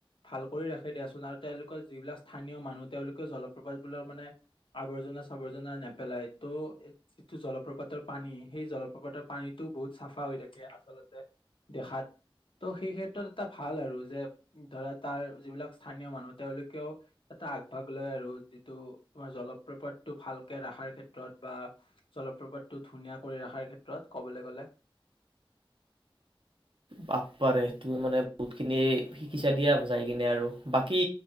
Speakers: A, on the left; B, on the right.
A: ভাল কৰি ৰাখে দিয়াচোন আৰু তেওঁলোকৰ যিবিলাক স্থানীয় মানুহ তেওঁলোকেও জলপ্ৰপাতবোৰৰ মানে আৱৰ্জনা চাবৰ্জনা নেপেলাই ত' যিটো জলপ্ৰপাতৰ পানী সেই জলপ্ৰপাতৰ পানীটো বহুত চাফা হৈ থাকে আচলতে দেখাত তো সেই ক্ষেত্ৰত এটা ভাল আৰু যে ধৰা তাৰ যিবিলাক স্থানীয় মানুহ তেওঁলোকেও এটা আগভাগ লয় আৰু যিটো তোমাৰ জল প্ৰপাতটো ভালকে ৰাখাৰ ক্ষেত্ৰত বা জলপ্ৰপাতটো ধুনীয়া কৰি ৰাখাৰ ক্ষেত্ৰত ক'বলৈ গলে।
B: বাপ্পাৰে তুমি মানে বহুত খিনি শিকিছা দিয়া যাই কিনে আৰু বাকী